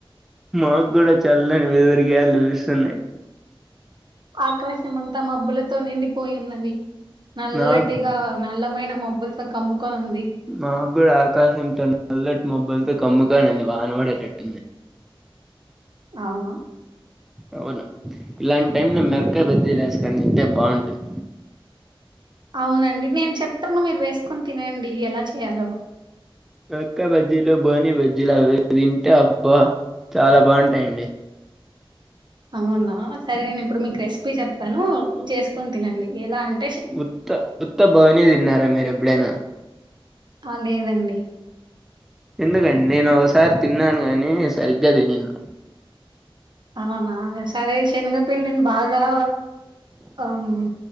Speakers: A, in the centre; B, on the right.
A: మాగ్గూడ చల్లని వెదరుగ్యాలులు వీస్తున్నాయి
B: ఆకాశం అంతా మబ్బులతో నిండిపోయిన్నది నల్లటిగా
A: నాకు
B: నలమైన మబ్బులతో కమ్ముకొనుంది
A: మాగ్గూడ ఆకాశంతో నల్లటి మబ్బులతో కమ్ముకొనుంది వాన పడేటట్టుంది
B: అవున
A: అవును ఇలాంటి టైం లో మిరక్కాయ బజ్జీలు వేసుకొని తింటే బాగుంటుంది
B: అవునండి నేను చెప్తాను మీరు వేసుకొని తినండి ఎలా చేయాలో
A: మిరక్కాయ బజ్జీలు బోనీ బజ్జీలు అవి తింటే అబ్బా చాలా బాగుంటాయండి
B: అవునా సరే నేను ఇప్పుడు మీకు రెసిపీ చెప్తాను చేసుకుని తినండి ఎలా అన్
A: ఉత్త ఉత్త భవని తిన్నారా మీరు ఎప్పుడేనా
B: ఆ లేదండి
A: ఎందుకండి నేను ఒకసారి తిన్నాను గాని సరిగ్గా తినిన్ల
B: అవునా సరే శనగపిండిని బాగా అవున